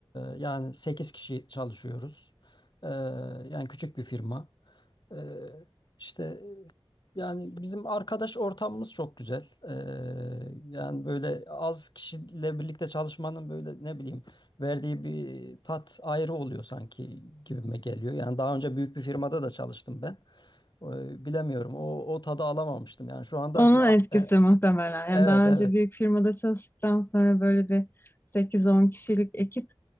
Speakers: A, on the left; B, on the left.
A: e, yani 8 kişi çalışıyoruz. E, yani küçük bir firma. E, işte e, yani bizim arkadaş ortamımız çok güzel. E, yani böyle az kişiyle birlikte çalışmanın böyle ne bileyim verdiği bir tat ayrı oluyor sanki gibime geliyor. Yani daha önce büyük bir firmada da çalıştım ben. E, bilemiyorum o, o tadı alamamıştım. Yani şu anda
B: Onun
A: bir
B: etkisi
A: a- e,
B: muhtemelen.
A: evet
B: Yani daha
A: evet.
B: önce büyük firmada çalıştıktan sonra böyle bir sekiz on kişilik ekip